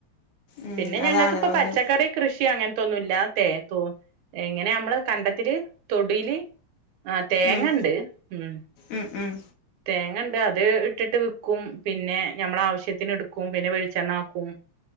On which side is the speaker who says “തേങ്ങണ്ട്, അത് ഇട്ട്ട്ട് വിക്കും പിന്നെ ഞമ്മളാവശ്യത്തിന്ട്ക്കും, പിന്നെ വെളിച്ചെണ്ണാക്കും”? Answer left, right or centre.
Right